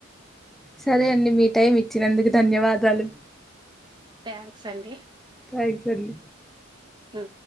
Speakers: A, in the centre; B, on the right (about 20°).
A: సరే అండి మీ టైం ఇచ్చినందుకు ధన్యవాదాలు
B: థ్యాంక్స్ అండి
A: థంక్స్ అండి
B: హ